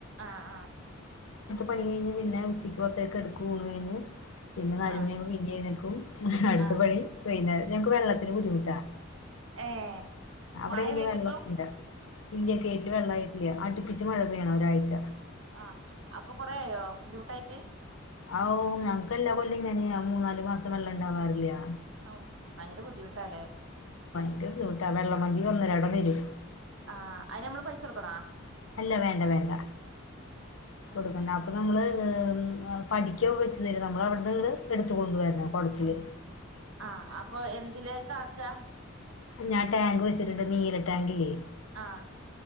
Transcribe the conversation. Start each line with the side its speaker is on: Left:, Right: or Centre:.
Right: ആഹ് ആഹ്
Left: പണി കഴിഞ്ഞ് പിന്നെ ഉച്ചക്ക് കുറച്ചേരം കെടുക്കും ഊണ് കഴിഞ്ഞ് പിന്നെ നാല്
Right: ആഹ്
Left: മണിയ ആകുമ്പോ പിന്നെഴുന്നൽക്കും അടുത്ത
Right: ആഹ്
Left: പണി വൈന്നേരം ഞങ്ങക്ക് വെള്ളത്തിന് ബുദ്ധിമുട്ടാ
Right: ഏഹ്
Left: അവിടെ
Right: മഴ
Left: എങ്ങനെ
Right: പെയ്തിട്ടും
Left: വെള്ളൊക്കെ ഇണ്ടോ ഇല്ല്യാ കെയ്റ്റില് വെള്ളായിട്ടില്ല്യാ അടുപ്പിച്ച് മഴ പെയ്യണം ഒരാഴ്ച
Right: ആഹ് അപ്പൊ കൊറയായോ ബുദ്ധിമുട്ടായിട്ട്
Left: ആ ഓ ഞങ്ങ്ക്കെല്ലാ കൊല്ലവും ഇങ്ങനെയാ മൂന്നാല് മാസം വെള്ളം ഉണ്ടാവാറില്ല
Right: <unintelligible> ഔ ഭയങ്കര ബുദ്ധിമുട്ടാല്ലേ
Left: <unintelligible> ട്ട വെള്ളം വണ്ടി ഒന്നുരാടം വരും
Right: ആഹ് അയ്ന് മ്മള് പൈസ കൊടുക്കണാ
Left: അല്ല വേണ്ട വേണ്ട കൊടുക്കണ്ട അപ്പം നമ്മള് പഠിക്ക വെച്ചു തരും നമ്മളവ്ട്ന്നിങ്ങട് എടുത്തു കൊണ്ടുവരണം കൊടത്തില്
Right: ആഹ് അപ്പൊ എന്തിലേക്കാക്ക
Left: ഞാൻ ടാങ്ക് വച്ചിട്ട്ണ്ട് നീല ടാങ്കില്ലേ
Right: ആഹ്